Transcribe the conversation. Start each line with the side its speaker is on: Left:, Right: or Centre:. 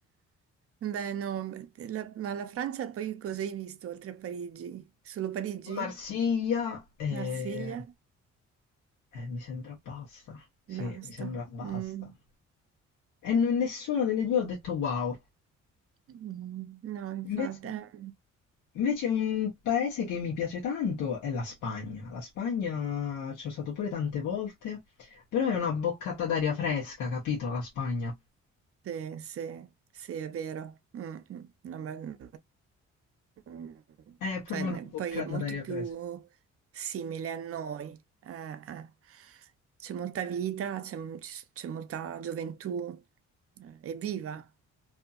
Right: Beh, no, la- ma la Francia poi cosa hai visto oltre a Parigi? Solo Parigi?
Left: E Marsiglia, eh,
Right: Marsiglia?
Left: eh, mi sembra basta. Sì,
Right: Basta.
Left: mi sembra basta.
Right: Mm.
Left: E n- nessuna delle due ha detto wow.
Right: Mm, No, infatti,
Left: Invece,
Right: eh,
Left: invece un paese che mi piace tanto è la Spagna. La Spagna ci sono stato pure tante volte, però è una boccata d'aria fresca, capito? La Spagna
Right: sì, sì, sì, è vero. Mm, mm, no, ma- mm,
Left: è proprio
Right: cioè, ne-
Left: una boccata
Right: poi è molto
Left: d'aria
Right: più
Left: fresca.
Right: simile a noi. eh, eh. C'è molta vita, c'è ci- c'è molta gioventù, eh, è viva.